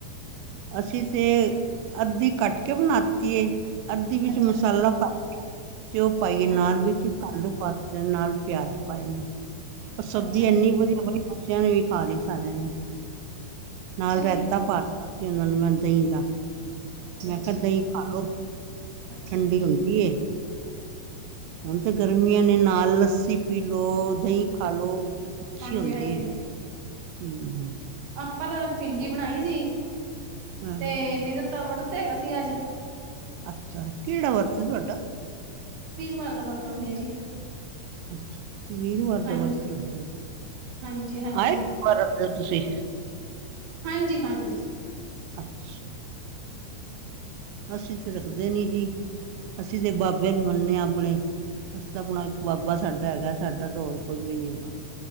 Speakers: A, on the right; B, on the right.
A: ਅਸੀਂ ਤੇ, ਅੱਧੀ ਕੱਟ ਕੇ ਬਣਾਤੀ ਏ। ਅੱਧੀ ਵਿੱਚ
B: ਅੱਛਾ
A: ਮਸਾਲਾ
B: ਜੀ
A: ਪਾ ਤਾ, ਉਹ ਪਾਈ ਏ ਨਾਲ
B: ਅੱਛਾ
A: ਵਿੱਚ ਇੱਕ ਆਲੂ ਪਾਤੇ ਨਾਲ ਪਿਆਜ ਪਾਏ ਨੇ, ਉਹ ਸਬਜ਼ੀ
B: ਅੱਛਾ
A: ਐੰਨੀ
B: ਜੀ
A: ਵਧੀਆ ਬਣੀ‌ ਬੱਚਿਆਂ ਨੇ ਵੀ ਖਾ ਲਈ ਸਾਰਿਆਂ ਨੇ।
B: ਅੱਛਾ
A: ਨਾਲ ਰਾਇਤਾ
B: ਜੀ
A: ਪਾਤਾ ਸੀ ਉਹਨਾਂ ਨੂੰ ਮੈਂ ਦਹੀਂ ਦਾ।
B: ਅੱਛਾ
A: ਮੈਂ
B: ਅੱਛਾ
A: ਕਿਹਾ ਦਹੀਂ ਖਾ ਲਓ,
B: ਅੱਛਾ
A: ਠੰਡੀ
B: ਅੱਛਾ
A: ਹੁੰਦੀ ਹੈ।
B: ਅੱਛਾ।
A: ਹੁਣ ਤਾਂ ਗਰਮੀਆਂ ਨੇ ਨਾਲ ਲੱਸੀ ਪੀ ਲਓ, ਦਹੀਂ ਖਾ ਲਓ। ਅੱਛੀ
B: ਹਾਂਜੀ
A: ਹੁੰਦੀ
B: ਹਾਂਜੀ
A: ਹੈ
B: ਹਾਂਜੀ
A: ਹਮ।
B: ਆਪਾਂ ਤਾਂ ਪਿੰਡੀ ਬਣਾਈ ਸੀ,
A: ਹਾਂ
B: ਤੇ ਮੇਰਾ ਵਰਤ ਹੈਗਾ ਸੀ ਅੱਜ।
A: ਅੱਛਾ ਕਿਹੜਾ ਵਰਤ ਏ ਤੁਹਾਡਾ
B: ਵੀਰਵਾਰ ਦਾ ਵਰਤ ਰਖਣੀ ਆ ਜੀ।
A: ਅੱਛਾ, ਤੁਂ ਵੀਰਵਾਰ
B: ਹਾਂਜੀ
A: ਦਾ ਵਰਤ ਰੱਖਦੇ ਹੋ।
B: ਹਾਂਜੀ ਹਾਂਜੀ।
A: ਆਏ ਵੀਰਵਾਰ ਰੱਖਦੇ ਹੋ ਤੁਸੀਂ।
B: ਹਾਂਜੀ ਹਾਂਜੀ।
A: ਅੱਛਾ।
B: ਹਾਂਜੀ।
A: ਅਸੀਂ ਤੇ ਰੱਖਦੇ ਨੀ ਜੀ, ਅਸੀਂ ਤੇ
B: ਅੱਛਾ
A: ਬਾਬੇ
B: ਜੀ
A: ਨੂੰ ਮੰਨਦੇ ਹ ਆਪਣੇ। ਅਸੀ ਤਾਂ ਆਪਣਾ ਇੱਕ ਬਾਬਾ ਸਾਡਾ ਹੈਗਾ ਸਾਡਾ ਤਾਂ ਹੋਰ ਕੋਈ ਵੀ ਨੀ ਹੈਗਾ।